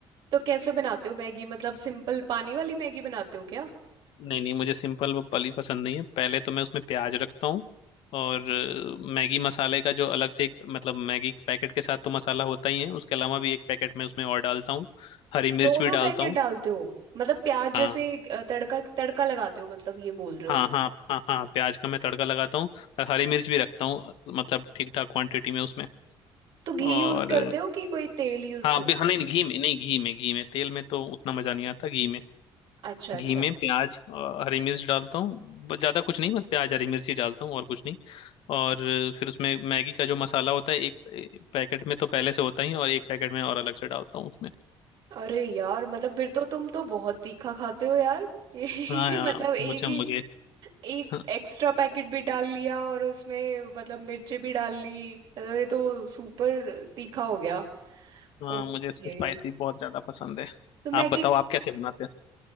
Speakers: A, on the right; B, on the left.
A: तो कैसे बनाते हो मैगी मतलब सिंपल पानी वाली मैगी बनाते हो क्या
B: नहीं नहीं मुझे सिंपल वाली पसंद नहीं है पहले तो मैं उसमें प्याज रखता हूँ और अ, मैगी मसाले का जो अलग से एक मतलब मैगी के पैकेट के साथ तो मसाला होता ही है उसके अलावा भी एक पैकेट मैं उसमें और डालता हूँ हरी मिर्च
A: दो दो
B: भी
A: पैकेट
B: डालता हूँ
A: डालते हो मतलब प्याज
B: हाँ,
A: जैसे अ, तड़का तड़का लगाते हो मतलब ये बोल रहे हो
B: हाँ हाँ हाँ हाँ प्याज का मैं तड़का लगाता हूँ और हरी मिर्च भी रखता हूँ मतलब ठीक ठाक क्वांटिटी में उसमें
A: तो घी
B: और
A: यूज करते हो कि कोई तेल यूज
B: हाँ
A: करते
B: बे- हाँ
A: हो
B: नहीं नहीं, घी में नहीं घी में घी में तेल में तो उतना मजा नहीं आता घी में
A: अच्छा अच्छा
B: घी में प्याज अ, हरी मिर्च डालता हूँ ब- ज्यादा कुछ नहीं बस प्याज हरी मिर्च ही डालता हूँ और कुछ नहीं और फिर उसमें मैगी का जो मसाला होता है एक एक पैकेट में तो पहले से होता ही है, और एक पैकेट में और अलग से डालता हूँ उसमें
A: अरे यार मतलब फिर तो तुम तो बहुत तीखा खाते हो यार <laughs> ये
B: हाँ यार
A: मतलब एक
B: मुझे
A: ही
B: मुझे
A: एक
B: हाँ
A: एक्स्ट्रा पैकेट भी डाल लिया और उसमें मतलब मिर्ची भी डाल ली अरे ये तो सुपर तीखा हो गया
B: हाँ,
A: ओके
B: मुझे स्पाइसी बहुत ज्यादा पसंद है
A: तो मैगी
B: आप बताओ आप कैसे बनाते हैं